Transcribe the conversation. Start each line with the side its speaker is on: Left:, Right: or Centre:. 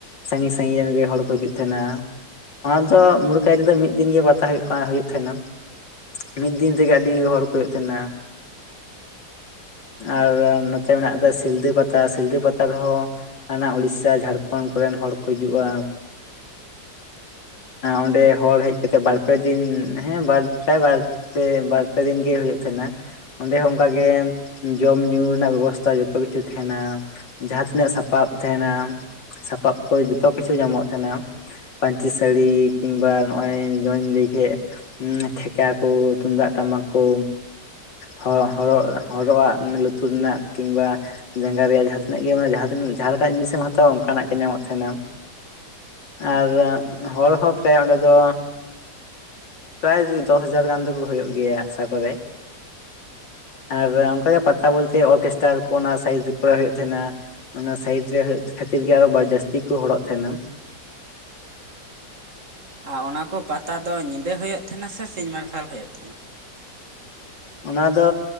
Left: ᱥᱟᱺᱜᱤᱧ ᱥᱟᱺᱜᱤᱧ ᱨᱮᱱ ᱜᱮ ᱦᱚᱲ ᱠᱚ ᱦᱤᱡᱩᱜ ᱛᱟᱦᱮᱱᱟ ᱚᱱᱟ ᱫᱚ ᱢᱩᱲ ᱠᱟᱭ ᱨᱮ ᱫᱚ ᱢᱤᱫ ᱫᱤᱱ ᱜᱮ ᱵᱟᱛᱟ ᱦᱩᱭᱩᱜ ᱦᱩᱭᱩᱜ ᱛᱟᱦᱮᱸᱱᱟ ᱢᱤᱫ ᱫᱤᱱ ᱛᱮᱜᱮ ᱟᱹᱰᱤ ᱦᱚᱲ ᱠᱚ ᱦᱩᱭᱩᱜ ᱛᱟᱦᱮᱱᱟ ᱟᱨ ᱱᱚᱛᱮ ᱢᱮᱱᱟᱜᱠᱟᱫᱟ ᱥᱤᱞᱫᱟᱹ ᱯᱟᱛᱟ ᱯᱟᱛᱟ ᱥᱤᱞᱫᱟᱹ ᱯᱟᱛᱟ ᱨᱮᱦᱚᱸ ᱦᱟᱱᱟ ᱩᱲᱤᱥᱟ ᱡᱷᱟᱲᱠᱷᱚᱸᱰ ᱠᱚᱨᱮᱱ ᱦᱚᱲ ᱠᱚ ᱦᱤᱡᱩᱜᱼᱟ ᱚᱸᱰᱮ ᱦᱚᱲ ᱦᱮᱡ ᱠᱟᱛᱮᱜ ᱵᱟᱨ ᱯᱮ ᱫᱤᱱ ᱦᱮᱸ ᱵᱟᱨ <unintelligible> ᱵᱟᱨ ᱯᱮ ᱵᱟᱨ ᱯᱮ ᱫᱤᱱ ᱜᱮ ᱦᱩᱭᱩᱜ ᱛᱟᱦᱮᱸᱱᱟ ᱚᱸᱰᱮ ᱦᱚᱸ ᱚᱱᱠᱟᱜᱮ ᱡᱚᱢ ᱧᱩᱩ ᱨᱮᱱᱟᱜ ᱵᱮᱵᱚᱥᱛᱟ ᱡᱚᱛᱚ ᱠᱤᱪᱷᱩ ᱛᱟᱦᱮᱱᱟ ᱡᱟᱦᱟᱸ ᱛᱤᱱᱟᱹᱜ ᱥᱟᱯᱟᱵ ᱛᱟᱦᱮᱱᱟ ᱥᱟᱯᱟᱯ ᱠᱚ ᱡᱚᱛᱚ ᱠᱤᱪᱷᱩ ᱧᱟᱢᱚᱜ ᱛᱟᱦᱮᱱᱟ ᱯᱟᱹᱧᱪᱤ ᱥᱟᱹᱲᱤ ᱠᱤᱝᱵᱟ ᱱᱚᱜᱼ ᱚᱭ ᱡᱚᱢᱧ ᱞᱟᱹᱭᱠᱮᱜ ᱴᱷᱮᱠᱟ ᱠᱚ ᱛᱩᱢᱫᱟᱜ ᱴᱟᱢᱟᱠ ᱠᱚ ᱦ ᱦ ᱦᱚᱨᱚᱜᱟᱜ ᱞᱩᱛᱩᱨ ᱨᱮᱱᱟᱜ ᱠᱤᱝᱵᱟ ᱡᱟᱸᱜᱟ ᱨᱮᱭᱟᱜ ᱡᱟᱦᱟᱸ ᱛᱤᱱᱟᱹᱜ ᱜᱮ ᱡᱟᱦᱟᱸ ᱛᱱᱟᱹᱜ ᱡᱟᱦᱟᱸ ᱞᱮᱠᱟᱱᱟᱜ ᱡᱤᱱᱤᱥᱮᱢ ᱦᱟᱛᱟᱣᱟ ᱚᱱᱠᱟᱱᱟᱜ ᱜᱮ ᱧᱟᱢᱚᱜ ᱛᱟᱦᱮᱱᱟ ᱟᱨ ᱦᱚᱲ ᱦᱚᱸ ᱯᱨᱟᱭ ᱚᱸᱰᱮ ᱫᱚ ᱯᱨᱟᱭ ᱫᱚᱥ ᱦᱟᱡᱟᱨ ᱜᱟᱱ ᱫᱚᱠᱚ ᱦᱩᱭᱩᱜ ᱜᱮᱭᱟ ᱟᱥᱟ ᱠᱚᱨᱮ ᱟᱨ
Right: ᱦᱮᱸ
Left: ᱚᱱᱠᱟᱜᱮ ᱯᱟᱛᱟ ᱵᱚᱞᱛᱮ ᱛᱮ ᱚᱨᱠᱮᱥᱴᱟᱨ ᱠᱚ ᱚᱱᱟ ᱥᱟᱭᱤᱰ ᱠᱚᱨᱮ ᱦᱩᱭᱩᱜ ᱛᱟᱦᱮᱱᱟ ᱚᱱᱟ ᱥᱟᱭᱤᱰ ᱨᱮ ᱦᱳᱭᱳᱜ ᱠᱷᱟᱹᱛᱤᱨ ᱜᱮ ᱟᱨᱚ ᱡᱟᱹᱥᱛᱤ ᱠᱚ ᱦᱚᱲᱚᱜ ᱛᱟᱦᱮᱱᱟ
Right: ᱟᱨ ᱚᱱᱟᱠᱚ ᱯᱟᱛᱟ ᱫᱚ ᱧᱤᱫᱟᱹ ᱦᱩᱭᱩᱜ ᱛᱟᱦᱮᱸᱱᱟ ᱥᱮ ᱥᱤᱧ ᱢᱟᱨᱥᱟᱞ ᱦᱩᱭᱩᱜ ᱛᱟᱦᱮᱸᱱᱟ
Left: ᱚᱱᱟ ᱫᱚ